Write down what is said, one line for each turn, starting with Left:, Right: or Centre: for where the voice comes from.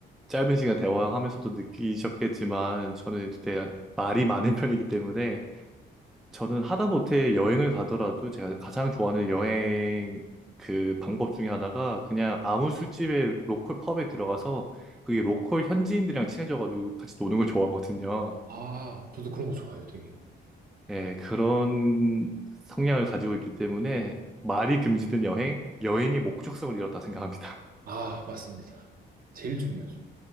Centre: 짧은 시간 대화하면서도 느끼셨겠지만 저는 되게 말이 많은 편이기 때문에 저는 하다못해 여행을 가더라도 제가 가장 좋아하는 여행 그 방법 중에 하나가 그냥 아무 술집에 로컬 펍에 들어가서 그게 로컬 현지인들이랑 친해져가지고 같이 노는 걸 좋아하거든요.
Right: 아, 저도 그런 거 좋아해요, 되게.
Centre: 예, 그런 성향을 가지고 있기 때문에 말이 금지된 여행, 여행의 목적성을 잃었다 생각합니다.
Right: 아, 맞습니다. 제일 중요하죠.